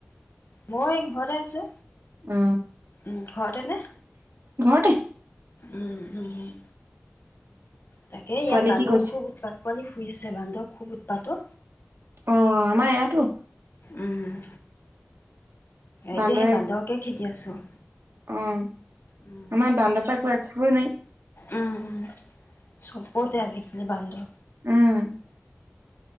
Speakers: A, on the left; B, on the right.
A: মই ঘৰতে আছো।
B: অ
A: উম ঘৰতে নে।
B: ঘৰতে
A: উম, উম। তাকে ইয়াত
B: পোৱালি
A: বান্ধো
B: কি কৈছে
A: খুব উৎপাত। পোৱালি শুই আছে। বান্দ খুব উৎপাত অ
B: অ, আমাৰ ইয়াতো।
A: উম
B: বান্দৰে
A: এতিয়া সেই বান্দৰকে খেদি আছো।
B: অ।
A: উম
B: আমাৰ দান্দৰ পা একো ৰাখিবই নোৱাৰি।
A: উম চবতে আজিকালি বান্দৰ।
B: উম।